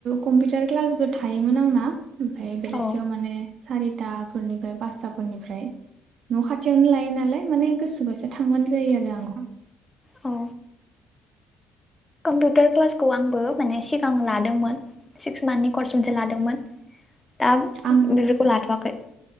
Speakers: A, on the right (about 65°); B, on the left (about 20°).
A: कम्पिउटार क्लासबो थायोमोन आंना ओमफाय बेलासियाव
B: औ
A: माने सारिताफोरनिफ्राय पासताफोरनिफ्राय न' खाथियावनो लायो नालाय माने गोसोबायसा थांबानो जायो आरो आं
B: औ कम्पिउटार क्लासखौ आंबो माने सिगां लादोंमोन सिक्स मान्थनि कर्स मोनसे लादोंमोन दा
A: आंना
B: बेफोरखौ लाथ'वाखै